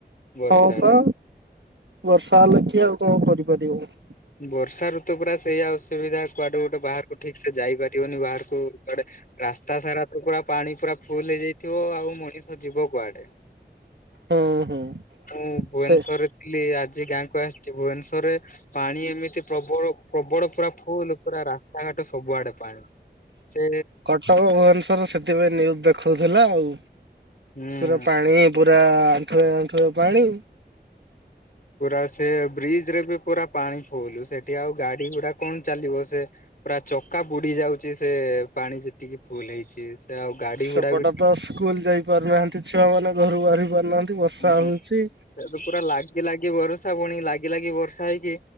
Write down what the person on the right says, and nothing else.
ହଁ ପା ବର୍ଷା ହେଲେ
କିଏ ଆଉ କଣ କରିପାରିବେବୋ?
ହୁଁ ହୁଁ
ସେ
କଟକ ଭୁବନେଶ୍ଵର ସେଥିପାଇଁ ନ୍ୟୁଜୁ ଦେଖଉଥିଲା ଆଉ।
ତ ପାଣି ପୁରା ଆଣ୍ଠୁଏ, ଆଣ୍ଠୁଏ ପାଣି।
ସେପଟେ
ତ ସ୍କୁଲ ଯାଇ ପାରୁନାହାନ୍ତି, ଛୁଆ ମାନେ ଘରୁ ବାହାରି ପାରୁନାହାନ୍ତି। ବର୍ଷା
ହଉଚି।